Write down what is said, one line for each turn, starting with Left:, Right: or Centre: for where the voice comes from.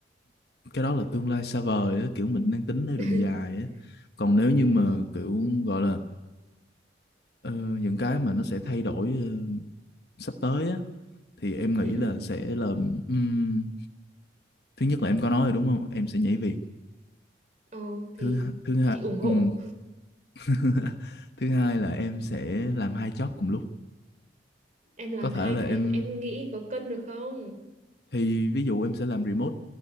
Left: cái đó là tương lai xa vời á, kiểu mình đang tính theo
Right: <laughs>
Left: đường dài á. Còn nếu như
Right: ừ
Left: mà kiểu gọi là ờ, những cái mà nó sẽ thay đổi ờ, sắp tới á, thì em nghĩ
Right: ừ
Left: là sẽ là ừm, thứ nhất là em có nói rồi đúng không? Em sẽ nhảy việc.
Right: ờ thì
Left: Thứ thứ hai
Right: chị ủng hộ
Left: ừm, <laughs> thứ hai là em sẽ làm hai job cùng lúc.
Right: <laughs> em làm
Left: Có thể
Right: hai
Left: là
Right: cái
Left: em
Right: em nghĩ có cân được không
Left: thì ví dụ em sẽ làm remote